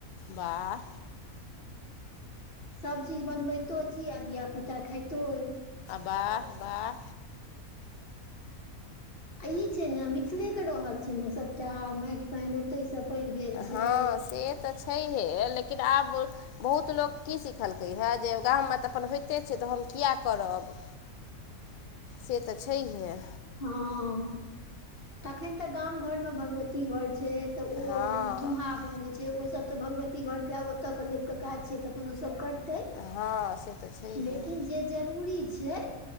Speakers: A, on the left; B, on the left.
A: बाह
B: सभ चीज बनबितो छी आ धिया पुता खइतो अय
A: वाह वाह
B: आ ई छै ने मिथिले के रहल छी ने सबटा माटि पानि ओते से पैघ भेल छै
A: हँ से तऽ छैहे लेकिन आब बहुत लोग की सिखलकै हे जे गा तऽ अपन होइते छै तऽ हम किए करब से तऽ छैहे
B: हँ तखन तऽ गाम घर मे भगवती घर छथि तऽ ओ
A: हँ
B: थुम्हा बनै छै जे ओस तऽ भगवती घरके ओतऽके लोकके काज छै तऽ अपन ओसभ कर तै
A: हँ से तऽ छैहे
B: लेकिन जे जरूरी छै